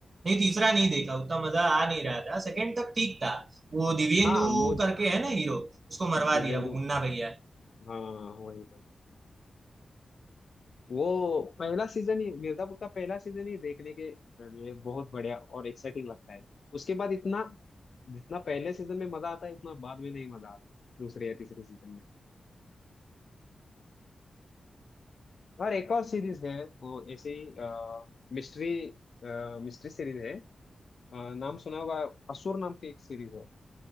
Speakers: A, on the right; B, on the left.
A: नहीं तीसरा नहीं देखा उतना मजा आ नहीं रहा था सेकंड तक ठीक था वो दिव्येंदु
B: हाँ मुझ
A: करके है ना हीरो उसको मरवा
B: देवेंदु
A: दिया वो मुन्ना भैया
B: हाँ वही वही वो पहला सीजन ही मिर्जापुर का पहला सीजन ही देखने के लिए बहुत बढ़िया और एक्साइटिंग लगता है उसके बाद इतना जितना पहले सीजन में मजा आता है उतना बाद में नहीं मजा आता दूसरे या तीसरे सीजन में और एक और सीरीज है वो ऐसे ही मिस्ट्री मिस्ट्री सीरीज है अ, नाम सुना होगा असुर नाम की एक सीरीज है